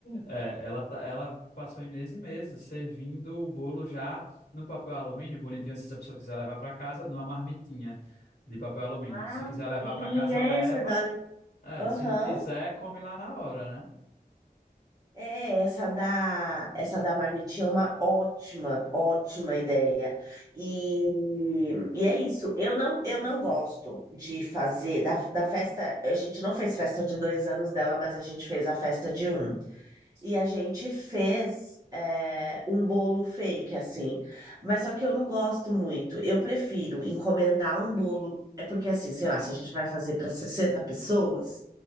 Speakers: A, on the left; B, on the right.
A: eh, ela, tá- ela passou em meses e meses servindo o bolo já no papel alumínio, bonitinho, assim, se a pessoa quiser levar para casa, numa marmitinha de papel alumínio.
B: Ah,
A: Se quiser levar
B: sim,
A: para casa,
B: é,
A: leva.
B: Fedora.
A: É,
B: Aham.
A: se não quiser, come lá na hora, né?
B: É, essa da, essa da marmitinha é uma ótima, ótima ideia. E, e é isso. Eu não, eu não gosto de fazer da, da festa. A gente não fez festa de dois anos dela, mas a gente fez a festa de um.
A: Sim.
B: E a gente fez é, um bolo fake, assim. Mas só que eu não gosto muito. Eu prefiro encomendar um bolo. É porque, assim, sei lá, se a gente vai fazer para 60 pessoas,